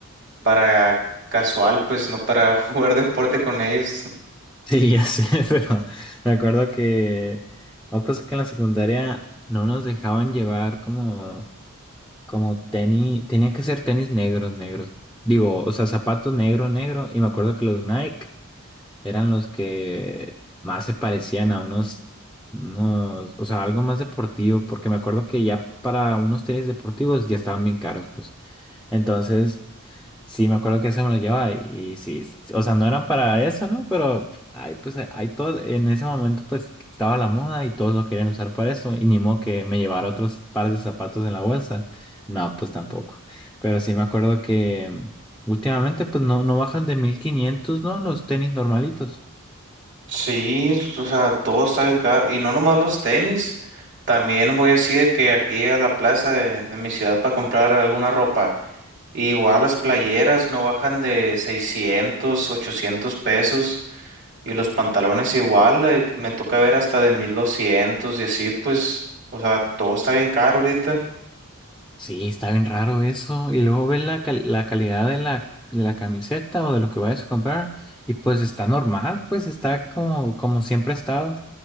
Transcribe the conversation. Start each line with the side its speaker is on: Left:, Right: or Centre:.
Right: para casual, pues no para <laughs> jugar deporte con ellos.
Centre: Sí, ya sé, <laughs> pero me acuerdo que una cosa que en la secundaria no nos dejaban llevar como, como tenis, tenía que ser tenis negros, negros. Digo, o sea, zapatos negro, negro. Y me acuerdo que los Nike eran los que más se parecían a unos, unos, o sea, algo más deportivo, porque me acuerdo que ya para unos tenis deportivos ya estaban bien caros, pues. Entonces... Sí, me acuerdo que ese me lo llevaba y, sí, sí, s- o sea, no eran para eso, ¿no? Pero ay, pues hay ahí todo, en ese momento pues estaba la moda y todos lo querían usar para eso y ni modo que me llevara otros par de zapatos en la bolsa. No, pues tampoco. Pero sí me acuerdo que mm, últimamente pues no, no bajan de 1500, ¿no? Los tenis normalitos.
Right: Sí, o sea, todo está bien caro. Y no nomás los tenis. También voy así de que aquí a la plaza de, de mi ciudad para comprar alguna ropa. Igual las playeras no bajan de 600 800 pesos y los pantalones igual, eh, me toca ver hasta de 1200 y así, pues, o sea, todo está bien caro ahorita.
Centre: Sí, está bien raro eso. Y luego ves la, cal- la calidad de la, de la camiseta o de lo que vayas a comprar y pues está normal, pues está como, como siempre ha estado.